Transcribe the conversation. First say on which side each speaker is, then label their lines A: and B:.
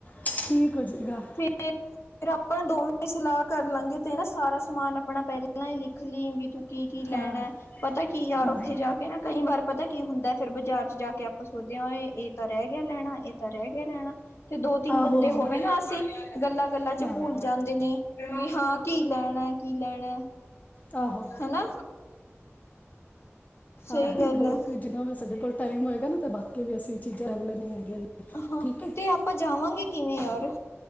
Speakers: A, on the left (about 35°); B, on the left (about 60°).
A: ਠੀਕ ਹੋ ਜੇਗਾ
B: ਫੇਰ, ਆਪਾਂ ਦੋਵੇਂ ਸਲਾਅ ਕਰ ਲਾਂਗੇ ਤੇ ਨਾ ਸਾਰਾ ਸਮਾਨ ਅਪਣਾ ਪੈਂਲਾਂ ਈ ਲਿਖ ਲੀਂ ਵੀ ਤੂੰ ਕੀ-ਕੀ ਲੈਣਾ
A: ਹਾਂ
B: ਐ ਪਤਾ ਕੀ ਯਾਰ
A: ਹਾਂ
B: ਓਥੇ
A: ਹਾਂ
B: ਜਾ ਕੇ ਨਾ ਕਈ ਵਾਰ ਪਤਾ ਕੀ ਹੁੰਦਾ ਫੇਰ ਬਾਜ਼ਾਰ ਚ ਜਾ ਕੇ ਆਪਾਂ ਸੋਚ ਦੇ ਆਂ ਓਏ ਏ ਤਾਂ ਰੈ ਗੇਆ ਲੈਣਾ ਏ ਤਾਂ ਰੈ ਗੇਆ ਲੈਣਾ ਤੇ ਦੋ-ਤਿੰਨ
A: ਆਹੋ
B: ਬੰਦੇ
A: ਆਹੋ
B: ਹੋਵੇ ਨਾ ਅਸੀਂ ਗੱਲਾਂ ਗੱਲਾਂ ਚ
A: ਹਾਂ
B: ਭੂਲ ਜਾਂਦੇ ਨੇ ਵੀ ਹਾਂ ਕੀ ਲੈਣੈ ਕੀ ਲੈਣੈ
A: ਆਹੋ
B: ਹਨਾ। ਸਹੀ
A: ਆਹੋ
B: ਗੱਲ
A: ਹੋਰ
B: ਹੈ
A: ਕੀ ਜੀਨਾ ਵੀ ਸਾਡੇ ਕੋਲ ਟਾਈਮ ਹੋਗਾ ਨਾ ਤੇ ਬਾਕੀ ਵੀ ਅਸੀਂ ਚੀਜ਼ਾਂ ਲੈਣੀਆਂ ਹੈਗੀਆਂ ਨੇ
B: ਹਾਂ
A: ਠੀਕ
B: ਤੇ ਆਪਾਂ ਜਾਵਾਂਗੇ ਕੀਵੇਂ ਯਾਰ।